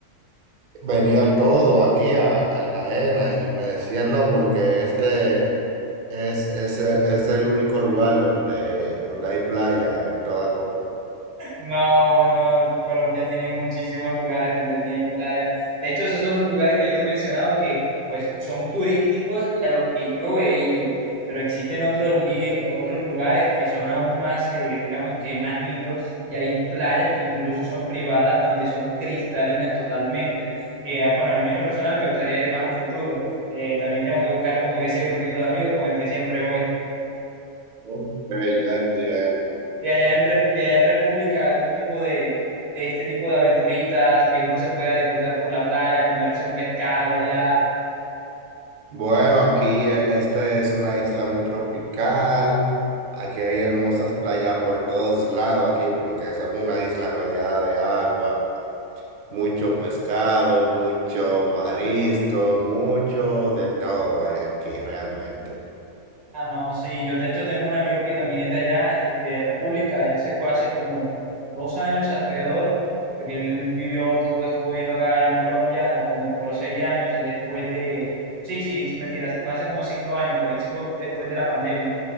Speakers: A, on the right; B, on the right.
A: venían todos aquí a Cartagena y me decían no, porque este es, es, es el único lugar donde, donde hay playa en toda Colombia.
B: No, no, Colombia tiene muchísimos lugares donde tiene playa. De hecho, esos son los lugares que yo te he mencionado que pues son turísticos y a los que yo he ido, pero existen otros, li- otros lugares que son aún más, eh, digamos que más lindos y hay playas que incluso son privadas donde son cristalinas totalmente, que ah, bueno, a mí en lo personal me gustaría ir más a futuro. Eh, también tengo que buscar como ese grupito de amigos con el que siempre voy.
A: Ok, ya entiendo.
B: Y allá en, Rep- y allá en República, algún tipo de, de este tipo de aventuritas que uno se pueda disfrutar por la playa, comerse un pescado allá,
A: Bueno, aquí eh, este es una isla muy tropical. Aquí hay hermosas playas por todos lados aquí, porque somos una isla rodeada de agua, mucho pescado, mucho marisco, mucho de todo hay aquí realmente.
B: Ah, no, sí, yo de hecho tengo un amigo que también es de allá, eh, de República, él se fue hace como dos años alrededor, porque él vivió, tuvo, estuvo viviendo acá en Colombia como por seis años y después de, sí, sí, es mentira, se fue hace como cinco años, porque él se fue después de la pandemia,